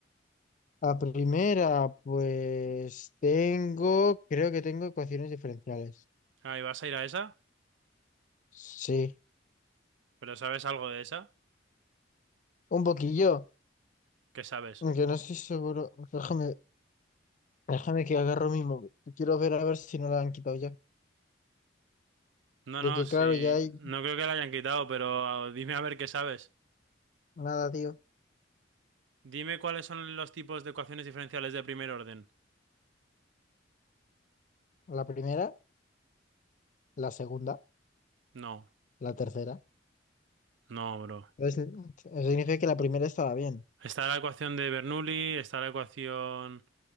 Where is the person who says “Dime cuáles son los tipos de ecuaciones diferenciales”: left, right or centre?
Right